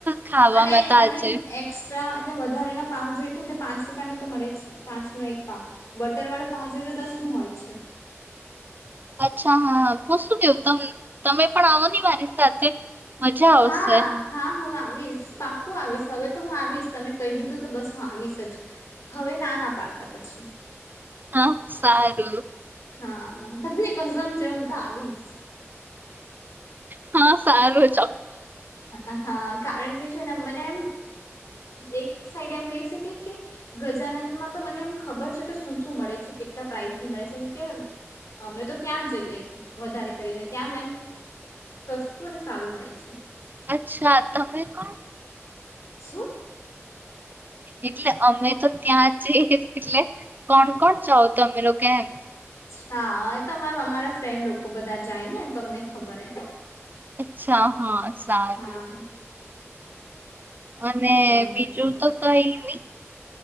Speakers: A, on the right; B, on the left.
A: ખાવામાં
B: અને
A: તા
B: અને
A: છે
B: એક્સ્ટ્રા એટલે વધારે ના પાાવ જોઈ તો ને તો પાંચ રૂપિયા ન તો મળે છે પાંચ નો એક પાવ બટર વાળો પાવ જોઈ તો દસ નો હોય છે
A: અચ્છા હા હું શું કેવું ત તમે પણ આવો ની મારી સાથે મજા આવશે
B: હા હા હું આવીશ પાકું આવીશ હવે તો હું આવીશ તમે કહી દીધું તો બસ હું આવીશ જ હવે ના ના પાડતા પછી
A: હા સારું
B: હા તમને કસમ છે હું તો આવીશ
A: હા સારું ચો
B: હા કારણ કે છે મને એમ એક સાઈડ એમ કહી શકે કે ગજાનનમાં તો મને એમ ખબર છે કે શું શું મળે છે કેટલા પ્રાઇઝની મળે છેમ કે અમે તો ત્યાં જ જઈએ વધારે કરીને ત્યાં જ એમ સસ્તું અને સારું મળે છે
A: અચ્છા તમેે કોણ
B: સુું
A: એટલે અમે તો ત્યાં જ જઈ એટલે કોણ કોણ ચૌ તમે લોકો કેમ
B: હા એ તો અમારા ફ્રેન્ડ લોકો બધા જાય ને તમને ખબર એમ
A: અચ્છા હા સારું
B: હા મમ્મી
A: અને બીજું
B: પપ્પા
A: તો કઈ ની